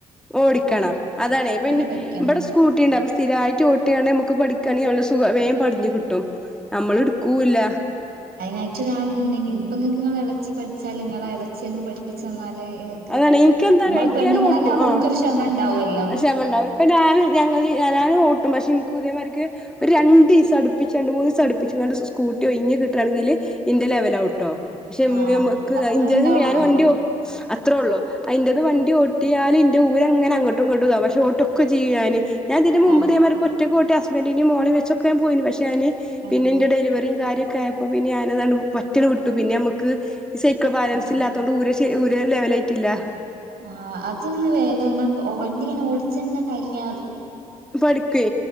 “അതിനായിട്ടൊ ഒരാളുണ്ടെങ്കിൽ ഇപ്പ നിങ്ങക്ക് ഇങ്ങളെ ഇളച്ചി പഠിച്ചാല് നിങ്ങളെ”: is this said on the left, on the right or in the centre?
Right